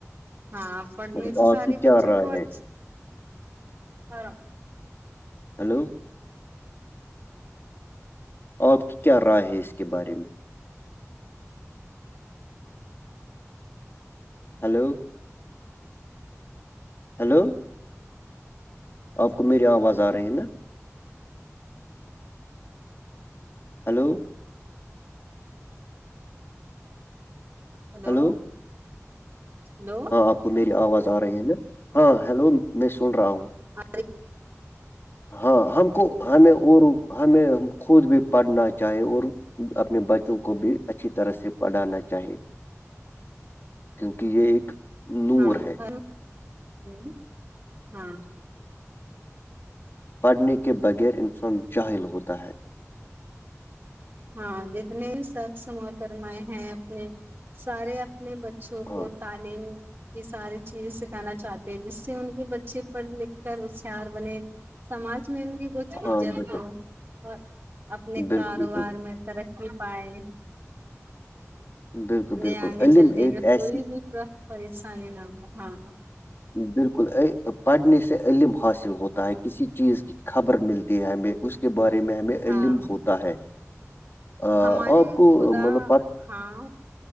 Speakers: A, on the right; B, on the left.
A: ہاں پڑھنے
B: مطلب
A: سے
B: آپ
A: سارے
B: کی کیا
A: بچوں
B: رائے
A: کو
B: ہے
A: اچ ہ
B: ہلو آپ کی کیا رائے ہے اس کے بارے میں ہلو ہیلو آپ کو میری آواز آ رہی ہے نا ہلو
A: ہیلو
B: ہلو
A: ہیلو
B: آپ کو میری آواز آ رہی ہے نا ہاں ہیلو میں سن رہا ہوں
A: ا
B: ہاں ہم کو ہمیں اور ہمیں خود بھی پڑھنا چاہے اور اپنے بچوں کو بھی اچھی طرح سے پڑھانا چاہے کیونکہ یہ ایک نور
A: ہاں
B: ہے
A: ہ ہوں ہاں
B: پڑھنے کے بغیر انسان جاہل ہوتا ہے
A: ہاں جتنے شخص موترمائے ہیں اپنے سارے اپنے بچوں
B: ہاں
A: کو تعلیم یہ ساری چیزیں سکھانا چاہتے ہیں جس سے ان کے بچے پڑھ لکھ کر ہوشیار بنے سماج میں ان کی کچھ
B: ہاں
A: عزت
B: بالکل
A: ہو اور اپنے
B: بالکل
A: کاروبار
B: بالکل
A: میں ترقی پائے
B: بالکل
A: انہیں
B: بالکل
A: آگے
B: علم
A: چلنے
B: ایک
A: میں کوئی
B: ایسی
A: بھی پریشانی نہ ہواں
B: بالکل ا پڑھنے سے علم حاصل ہوتا ہے کسی چیز کی خبر ملتی ہے ہمیں اس کے بارے میں ہمیں علم
A: ہاں
B: ہوتا ہے آ،
A: ہمارے
B: آپ کو
A: خدا
B: مطلب پ
A: ہاں